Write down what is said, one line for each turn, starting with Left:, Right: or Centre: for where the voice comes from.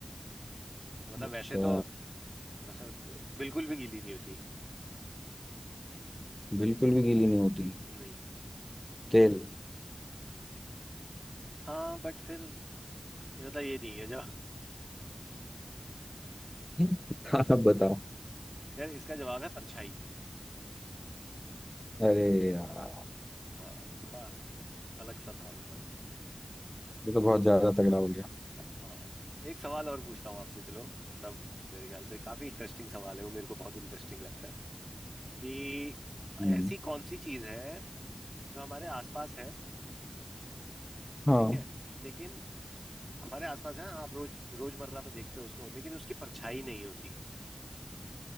Right: मतलब
Left: अच्छा
Right: वैसे तो वैसे तो बिल्कुल भी गीली नहीं होती
Left: बिल्कुल भी गीली नहीं होती
Right: नहीं
Left: तेल
Right: हाँ बट फिर ये मतलब ये नहीं है जवाब
Left: <laughs> आप बताओ
Right: यार इसका जवाब है परछाई
Left: अरे यार
Right: हाँ थोड़ा अलग सा था मतलब
Left: ये तो बहुत ज्यादा तगड़ा हो गया
Right: हाँ एक सवाल और पूछता हूँ आपसे चलो सब मेरे ख्याल से काफी इंटरेस्टिंग सवाल है वो मेरे को बहुत इंटरेस्टिंग लगता है कि
Left: हम्म
Right: ऐसी कौन सी चीज है जो हमारे आसपास है
Left: हाँ
Right: ठीक है लेकिन हमारे आसपास है आप रोज रोजमर्रा में देखते हो उसको लेकिन उसकी परछाई नहीं होती